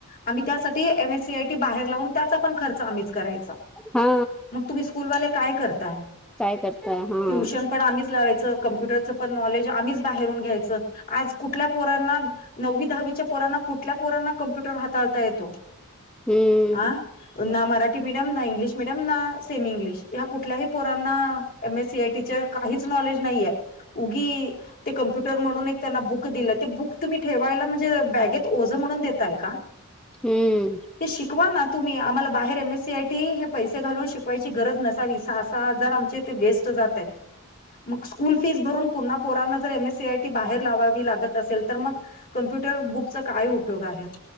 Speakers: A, on the left; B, in the centre.
A: आम्ही त्यासाठी <unintelligible> सीआयटी बाहेर लावून त्याचा पण, खर्च आम्हीच करायचा.
B: हा
A: मग तुम्ही स्कूलवाले काय करताय?
B: करता हां.
A: ट्यूशन पण आम्हीच लावायचं, कम्प्युटरचं पण नॉलेज आम्हीच बाहेरून घ्यायचं आज. कुठल्या पोरांना नववी दहावीच्या पोरांना कुठल्या, पोरांना कॉम्प्युटर हाताळता येतो.
B: हम्म.
A: हां ना मराठी. मराठी मिडियम ना, इंग्लिश मिडियम ना सेम इंग्लिश या कुठल्याही पोरांन. M S C I T काहीच नॉलेज नाही ये, उगी ते कम्प्युटर म्हणून एक त्यांना बुक. बुक दिलं ते बुक तुम्ही ठेवायला, म्हणजे बॅगेत ओझं म्हणून देताय का.
B: हम्म.
A: ते शिकवा ना तुम्ही आम्हाला बाहेर, एम एसी आयटी हे पैसे घालून शिक पैशाची गरज नसावी, सहा सहा हजार आमचे ते वेस्ट जातयात. मग स्कूल फीस भरून पुन्हा पोरांना जर, एमएसीआयटी बाहेर लावावी लाग <unintelligible> असेल तर, कम्प्युटर बुक चा काय? उपयोग. आहे